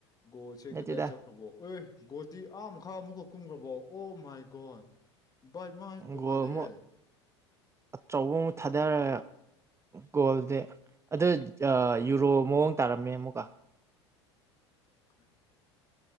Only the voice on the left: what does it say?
ꯣꯁ
ꯀꯗꯥ ꯆꯈꯕꯣ ꯑꯦ ꯒꯣꯇꯤ ꯑꯥ ꯃꯈꯥ ꯑꯃꯨꯛꯀ ꯀꯨꯝꯈ꯭ꯔꯕꯣ ꯑꯣ ꯃꯥꯏ ꯒꯣꯗ ꯚꯥꯏ ꯃꯥ ꯇꯣꯡꯉꯥꯂꯦꯦ
ꯑꯣ